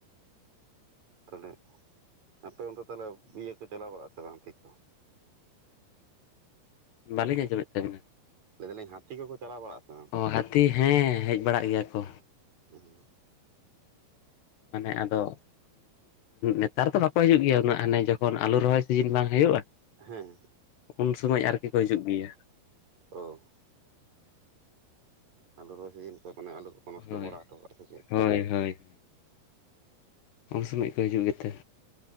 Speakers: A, on the right; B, on the left.
A: ᱛᱟᱞᱦᱮ ᱟᱯᱮ ᱚᱱᱛᱮ ᱛᱟᱞᱦᱮ ᱤᱭᱟᱹ ᱠᱚ ᱪᱟᱞᱟᱣ ᱵᱟᱲᱟᱜᱼᱟ ᱥᱮ ᱵᱟᱝᱛᱮ ᱠᱚ
B: ᱵᱟᱹᱞᱤᱧ ᱟᱸᱡᱚᱢᱮᱫ ᱛᱟᱹᱵᱤᱱᱟ
A: ᱞᱟᱹᱭᱮᱫᱟ ᱞᱤᱧ ᱦᱟᱹᱛᱤ ᱠᱚᱠᱚ ᱪᱟᱞᱟᱣ ᱵᱟᱲᱟᱜᱼᱟ ᱥᱮ ᱵᱟᱝ
B: ᱚ ᱦᱟᱹᱛᱤ ᱦᱮᱸ ᱦᱮᱡ ᱵᱟᱲᱟᱜ ᱜᱮᱭᱟ ᱠᱚ
A: ᱦᱮᱸ
B: ᱢᱟᱱᱮ ᱟᱫᱚ ᱱᱮᱛᱟᱨ ᱫᱚ ᱵᱟᱠᱚ ᱦᱤᱡᱩᱜ ᱜᱮᱭᱟ ᱩᱱᱟᱹᱜ ᱦᱟᱱᱮ ᱡᱚᱠᱷᱚᱱ ᱟᱞᱩ ᱨᱚᱦᱚᱭ ᱥᱤᱡᱤᱱ ᱵᱟᱝ ᱦᱩᱭᱩᱜᱼᱟ
A: ᱦᱮᱸ
B: ᱩᱱ ᱥᱚᱢᱚᱭ ᱟᱨᱠᱤ ᱠᱚ ᱦᱤᱡᱩᱜ ᱜᱮᱭᱟ
A: ᱚ ᱟᱞᱩ ᱨᱚᱦᱚᱭ ᱥᱤᱡᱤᱱ ᱠᱚ ᱢᱟᱱᱮ ᱟᱞᱩ ᱠᱚᱠᱚ ᱱᱚᱥᱴᱚ
B: ᱦᱳᱭ
A: ᱵᱟᱲᱟ ᱦᱚᱴᱚ ᱠᱟᱜᱼᱟ ᱥᱮ ᱪᱮᱫ
B: ᱦᱳᱭ ᱦᱳᱭ ᱩᱱ ᱥᱚᱢᱚᱭ ᱠᱚ ᱦᱤᱡᱩᱜ ᱜᱮᱛᱮ